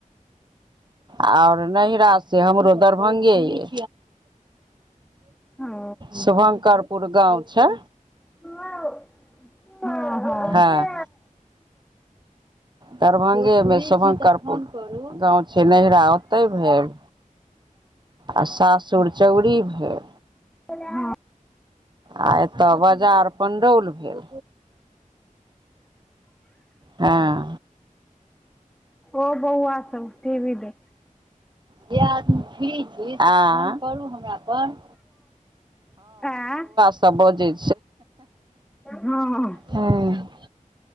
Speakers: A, on the right; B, in the centre.
A: आओर नैहरा से हमरो दरभंगे यइ।
B: ओ
A: शुभंकरपुर गाँव छै।
B: हँ हँ। <unintelligible>
A: हँ दरभंगेमे शुभंकर। गाँव छै नैहरा ओतहि भेल। आ सासुर चौड़ी भेल।
B: हँ <unintelligible>
A: आ एतऽ बजार। पंडौल भेल हँ।
B: ओ बौआ सभ टीभी देख।
A: जे आदमी फ्री छी ऍं से फोन करू हमरा पर
B: <unintelligible> आँ
A: सब बजै
B: हँ।
A: हूँ।